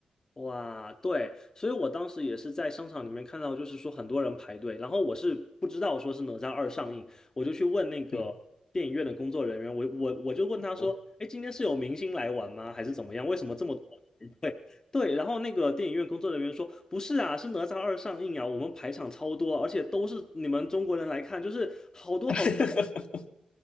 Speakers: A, on the left (about 30°); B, on the left (about 55°).
A: 哇，对，所以我当时也是在商场里面看到，就是说很多人排队，然后我是不知道说是哪吒二上映，我就去问那个电影院的工作人员，
B: 嗯，
A: 我我我就问他说，
B: 哦，
A: 哎，今天是有明星来玩吗？还是怎么样？为什么这么多？对，然后那个电影院工作人员说，不是啊，是哪吒二上映啊，我们排场超多，而且都是你们中国人来看，就是好多好多。
B: <laughs>